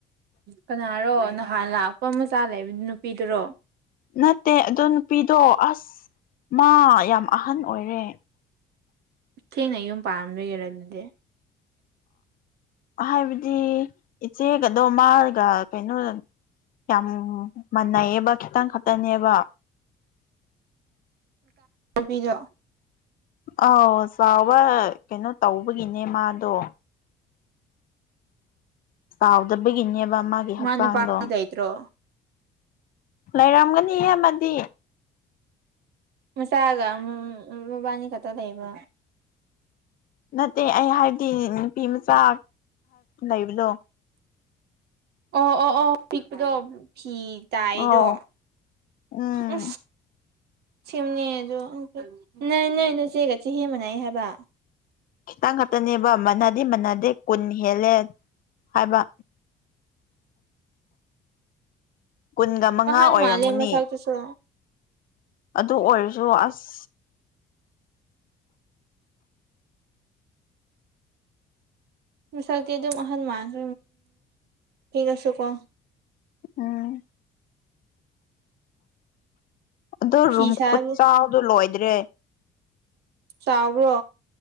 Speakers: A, on the right; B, on the left.
A: ꯀꯅꯥꯔꯣ ꯅꯍꯥꯟ ꯂꯥꯛꯄ ꯃꯆꯥ ꯂꯩꯕ ꯅꯨꯄꯤꯗꯨꯔꯣ
B: ꯅꯠꯇꯦ ꯑ ꯅꯨꯄꯤꯗꯣ ꯑꯁ ꯃꯥ ꯌꯥꯝ ꯑꯍꯟ ꯑꯣꯏꯔꯦ
A: ꯊꯦꯡꯅ ꯌꯨꯝ ꯄꯥꯝ ꯂꯩꯣꯏꯔꯔ ꯑꯗꯨꯗꯤ
B: ꯍꯥꯏꯕꯗꯤ ꯏꯆꯦꯒꯗꯣ ꯃꯥꯔꯒ ꯀꯩꯅꯣ ꯌꯥꯝ ꯃꯥꯟꯅꯩꯌꯦꯕ ꯈꯤꯇꯪ ꯈꯛꯇꯅꯦꯕ
A: ꯕꯤꯔꯣꯑꯣ
B: ꯑꯥꯎ ꯆꯥꯎꯕ ꯀꯩꯅꯣ ꯇꯧꯕꯒꯤꯅꯦ ꯃꯥꯗꯣ ꯆꯥꯎꯗꯕꯒꯤꯅꯦꯕ ꯃꯥꯒꯤ ꯍꯛꯆꯥꯡꯗꯣ
A: ꯃꯥ ꯅꯨꯄꯥ ꯂꯩꯇ꯭ꯔꯣ
B: ꯂꯩꯔꯝꯒꯅꯤ ꯑꯃꯗꯤ
A: ꯃꯁꯥꯒ ꯑꯃ ꯔꯕꯥꯅꯤ ꯀꯇ ꯂꯩꯕ
B: ꯅꯠꯇꯦ ꯑꯩ ꯍꯥꯏꯕꯗꯤ ꯅꯨꯄꯤ ꯃꯆꯥ ꯂꯩꯕꯗꯣ
A: ꯑꯣ ꯑꯣ ꯑꯣ ꯄꯗ ꯐꯤ ꯇꯥꯏꯗꯣ
B: ꯑꯧ ꯎꯝ
A: ꯎ ꯁꯦꯝꯅꯦ ꯑꯗꯣ ꯅꯣꯏ ꯅꯣꯏ ꯅꯆꯦꯒ ꯆꯦ ꯍꯦꯕꯅꯥꯏ ꯍꯥꯏꯕ
B: ꯈꯤꯇꯪ ꯈꯥꯛꯛꯇꯅꯦꯕ ꯃꯅꯗꯤꯦ ꯃꯥꯟꯅꯗꯦ ꯀꯨꯟ ꯍꯦꯜꯂꯦ ꯍꯥꯏꯕ ꯀꯨꯟꯒ ꯃꯉꯥ
A: ꯑ ꯍꯥꯟ
B: ꯑꯣꯏꯔꯝꯃꯅꯤ
A: ꯃꯥꯅꯤ ꯃ ꯆꯥꯎ ꯇ ꯁ
B: ꯑꯗꯨ ꯑꯣꯏꯔꯁꯨ ꯑꯁ
A: ꯁꯔꯇ ꯑꯗꯨꯝ ꯑꯍꯟ ꯃꯥ ꯎ ꯊꯁ ꯀꯣ
B: ꯎꯝ ꯑꯗꯣ
A: ꯐꯤ
B: ꯔꯨꯝ
A: ꯁꯥꯕ
B: ꯈꯨꯠ ꯆꯗꯣ ꯂꯣꯏꯗ꯭ꯔꯦ
A: ꯆꯥꯎꯕ꯭ꯔꯣ